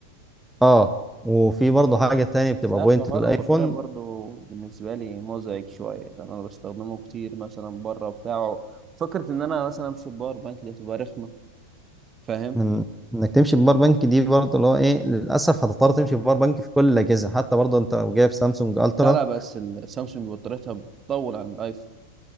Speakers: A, in the centre; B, on the right.
A: اه وفي برضه حاجة تانية بتبقى
B: صح
A: بوينت
B: حوار
A: للايفون
B: البطاريه برضو بالنسبه لي مزعج شويه لان انا بستخدمه كتير مثلا بره وبتاعه فكره ان انا مثلا امشي بباور بانك دي تبقى رخمه فاهم
A: من انك تمشي بباور بانك دي برضه اللي هو ايه للاسف هتضطر تمشي بباور بانك في كل الاجهزه حتى برضه انت لو جايب سامسونج الترا
B: لا لا بس السامسونج بطاريتها بتطول عن الايفون